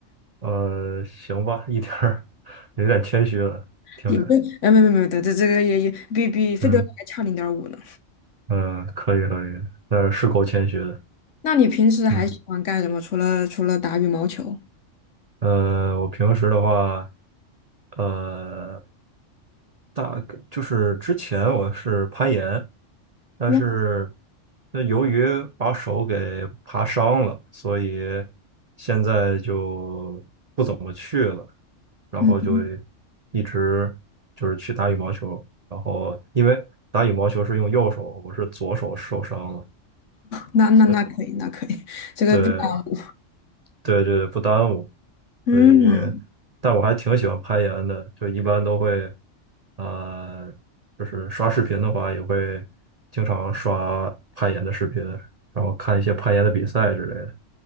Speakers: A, on the right; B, on the left.
A: 呃，行吧，一点儿有点谦虚了，
B: <laughs>
A: 听着，
B: 也就哎，没没没，这这个也也比比费德勒还差零点五呢。
A: 嗯嗯，可以可以，呃，是够谦虚的，
B: 那你平时还喜欢干什么？
A: 嗯。
B: 除了除了打羽毛球？
A: 呃，我平时的话，呃，大概就是之前我是攀岩，但是
B: 哇，
A: 那由于把手给爬伤了，所以现在就不怎么去了，然后就
B: 嗯，
A: 一直就是去打羽毛球，然后因为打羽毛球是用右手，我是左手受伤了，
B: 那那那可以，
A: 所以
B: 那可以，这个不打。
A: 对，对对对，不耽误，
B: 嗯。
A: 所以，但我还挺喜欢攀岩的，就一般都会，呃，就是刷视频的话，也会经常刷攀岩的视频，然后看一些攀岩的比赛之类的。